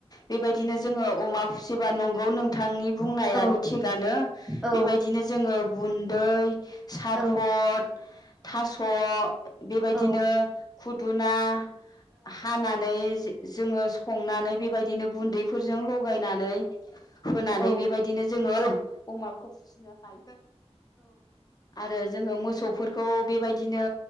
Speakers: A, on the left; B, in the centre.
A: बेबायदिनो जोङो अमा फिसिबा नंगौ नोंथांनि बुंनायाबो
B: औ
A: थिगानो
B: औ
A: बेबायदिनो जोङो गुन्दै साफद
B: औ
A: थास' बेबायदिनो
B: औ
A: खु दुना हानानै जे जोङो संनानै बेबायदिनो गुन्दैफोरजों लगायनानै होनानै
B: औ
A: बेबायदिनो जोङो अमाखौ फिसिनो हायो। आरो जोङो मोसौ फोरखौ बेबायदिनो